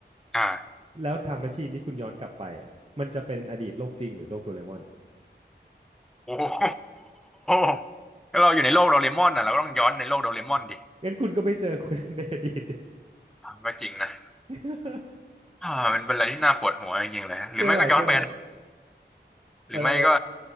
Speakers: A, in the centre; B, on the right.
A: อ่า
B: แล้วไทม์แมชชีนที่คุณย้อนกลับไปอะมันจะเป็นอดีตโลกจริงหรือโลกโดเรมอน
A: โอ้โห <laughs> ก็เราอยู่ในโลกโดเรมอนน่ะเราก็ต้องย้อนในโลกโดเรมอนดิ
B: งั้นคุณก็ไม่เจอคุณ <laughs> ในอดีต
A: ก็จริงนะ
B: <laughs>
A: อ่ามันเป็นอะไรที่น่าปวดหัวจริงๆเลยฮะหรือไม่ก็ย้อนแบรนด์
B: ใช่ป่ะใช่ป่ะ
A: หรือไม่ก็
B: เออ